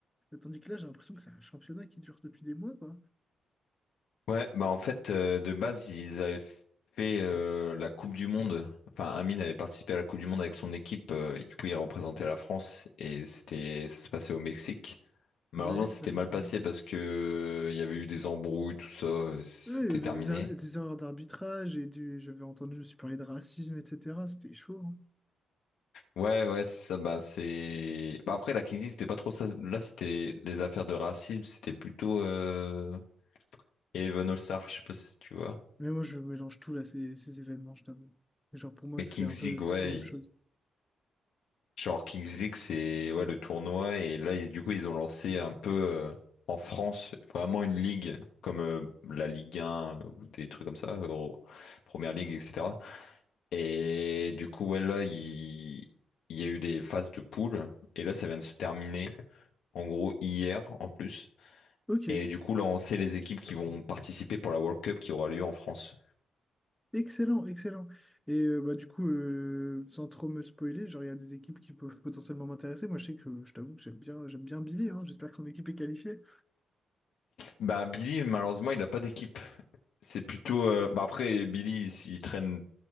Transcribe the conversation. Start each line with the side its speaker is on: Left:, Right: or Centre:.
Centre: tandis que là j'ai l'impression que c'est un championnat qui dure depuis des mois quoi.
Left: Ouais, bah en fait, euh, de base, ils avaient fait euh, la Coupe du Monde. Enfin, Amine avait participé à la Coupe du Monde avec son équipe. euh, et du coup, il représentait la France et c'était, ça se passait au Mexique. Malheureusement,
Centre: Ouais,
Left: c'était
Centre: ça je
Left: mal
Centre: me souviens.
Left: passé parce que il y avait eu des embrouilles, tout ça. euh, C'était
Centre: Oui, il y avait
Left: terminé.
Centre: des, er- des erreurs d'arbitrage et du... j'avais entendu aussi parler de racisme, etc. C'était chaud. hein.
Left: Ouais, ouais, c'est ça. Bah, c'est. Bah, après, la Kingsley, c'était pas trop ça. Là, c'était des affaires de racisme. C'était plutôt euh... Eleven All-Star, je sais pas si tu vois.
Centre: Mais moi je mélange tout là, ces, ces événements, je t'avoue. Genre pour moi
Left: Mais
Centre: c'est
Left: Kings
Centre: un peu
Left: League, ouais.
Centre: tous la même chose.
Left: il- Genre, Kings League, c'est ouais, le tournoi. Et là, ils- du coup, ils ont lancé un peu euh, en France, vraiment une ligue, comme euh, la Ligue 1 ou des trucs comme ça, Euro- Première Ligue, etc. Et du coup, ouais, là, il... il y a eu les phases de poule. Et là, ça vient de se terminer, en gros, hier, en plus.
Centre: Ok.
Left: Et du coup, là, on sait les équipes qui vont participer pour la World Cup qui aura lieu en France.
Centre: Excellent, excellent. Et euh, bah, du coup, euh, sans trop me spoiler, genre, il y a des équipes qui peuvent potentiellement m'intéresser. Moi, je sais que je t'avoue que j'aime bien, j'aime bien Billy, hein. J'espère que son équipe est qualifiée.
Left: Bah, Billy, malheureusement, il n'a pas d'équipe. C'est plutôt. euh, Bah, après, Billy, s'il traîne,